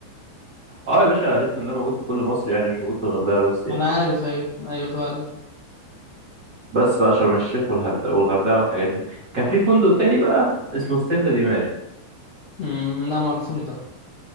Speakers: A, on the right; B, on the left.
A: أه يا باشا هيلتون ده موجود في كل مصر يعني مش موجود في الغردقة بس يعني.
B: ما انا عارف ايوه ايوه فعلا
A: بس بقى شرم الشيخ والهرد- والغردقه والحاجات دي كان في فندق تاني بقى اسمه ستيلا دي ماري
B: امم لا ما اعرفوش ده